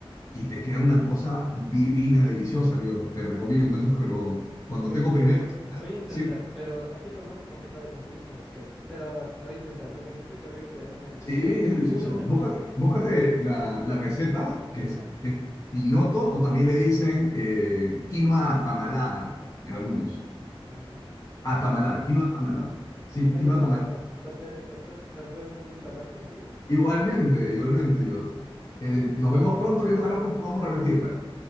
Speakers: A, on the left (about 35°); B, in the centre.
A: y te queda una cosa divina, deliciosa, yo te recomiendo eso, es pero cuando
B: Voy,
A: tengo
B: voy-
A: primero,
B: voy- voy a intentar,
A: sí,
B: pero aquí lo más complicado de conseguir son los quesos. Pero lo voy a intentar porque se escucha rico y a mí me, me
A: sí,
B: gusta la quina.
A: es delicioso.
B: <laughs>
A: Búscate, búscate la, la receta, que
B: Ajá.
A: es, que es pinoto, o también le dicen eh, quinoa atamalada, algunos.
B: Tamalada.
A: Atamalada,
B: Ya está bien.
A: quinoa atamalada. Sí,
B: Bueno,
A: quinoa atamalada.
B: JL Pastor, fue un gusto hablar contigo.
A: Igualmente, igualmente, yo Eh, nos vemos pronto y ojalá pues podamos repetirla.